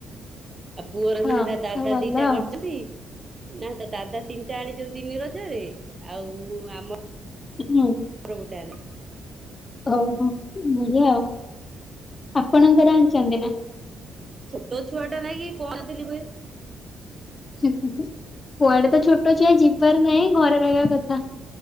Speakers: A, on the right; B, on the left.
A: ଆଉ ପୁଅର
B: ହଁ
A: ବି ତା ଦାଦା
B: ଆଉ ଭଲ
A: ଦିଟା
B: ଆଉ।
A: କରିଚନ୍ତି। ନା ତା ଦାଦା ତିନିଟା ଆଣିଚନ୍ତି ତିନି ରଜରେ, ଆଉ ଆମ
B: <inaudible>
A: ର ଗୋଟେ <unintelligible>
B: ଓହୋ ବଢଆ ଆଉ, ଆପଣଙ୍କର ଆଣିଚନ୍ତି ନା?
A: ଛୋଟ ଛୁଆ ଟା ନାଇଁ କି କଣ <unintelligible>
B: କୁଆଡେ ତ ଛୋଟ ଛୁଆ ଯିବାର ନାହିଁ, ଘରେ ରହିବା କଥା।